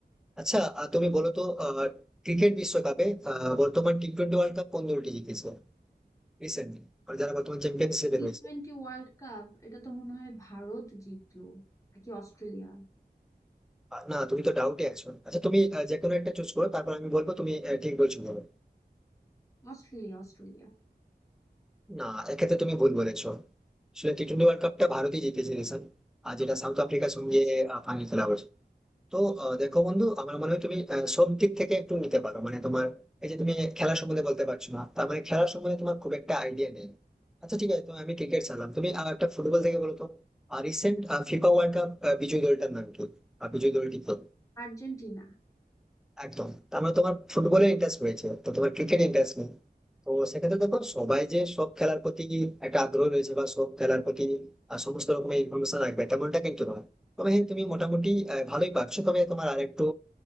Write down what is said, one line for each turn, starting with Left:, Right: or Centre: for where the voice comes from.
Centre: আচ্ছা আহ, তুমি বলো তো আহ ক্রিকেট বিশ্বকাপে আহ বর্তমান টি টোয়েন্টি ওয়ার্ল্ড কাপ কোন দলটি জিতেছে রিসেন্টলি যারা বর্তমান চ্যাম্পিয়নশিপে
Left: টি
Centre: রয়েছে
Left: টোয়েন্টি ওয়ার্ল্ড কাপ এটা তো মনে হয় ভারত জিতলো নাকি অস্ট্রেলিয়া
Centre: আহ, না তুমি তো ডাউটে আছো আচ্ছা তুমি আহ, যে কোনো একটা চুজ করো তারপর আমি বলবো তুমি আহ, ঠিক বলছো বলো
Left: Australia Australia
Centre: না এক্ষেত্রে তুমি ভুল বলেছো আসলে টি টোয়েন্টি ওয়ার্ল্ড কাপটা ভারতই জিতেছিল স্যার আর যেটা সাউথ আফ্রিকার সঙ্গে
Left: আচ্ছা
Centre: ফাইনাল খেলা হয়েছে তো আহ, দেখো বন্ধু আমার মনে হয় তুমি আহ, সব দিক থেকে একটু নিতে পারো মানে তোমার এই যে তুমি খেলা সম্বন্ধে বলতে পারছো না তার মানে খেলা সম্বন্ধে তোমার খুব একটা আইডিয়া নেই আচ্ছা ঠিক আছে তো আমি ক্রিকেট ছাড়লাম তুমি আর একটা ফুটবল থেকে বলো তো আর রিসেন্ট ফিফা ওয়ার্ল্ড কাপ বিজয়ী দলটার নাম কি আর বিজয়ী দলটি কি
Left: আর্জেন্টিনা
Centre: একদম তার মানে তোমার ফুটবলের ইন্টারেস্ট রয়েছে তো তোমার ক্রিকেট ইন্টারেস্ট নেই তো সেক্ষেত্রে দেখো সবাই যে সব খেলার প্রতি একটা আগ্রহ রয়েছে বা সব খেলার প্রতি আহ, সমস্ত রকমের ইনফরমেশন রাখবে তেমনটা কিন্তু নয় তবে হ্যাঁ তুমি মোটামুটি আহ, ভালোই পারছো তবে তোমার আর একটু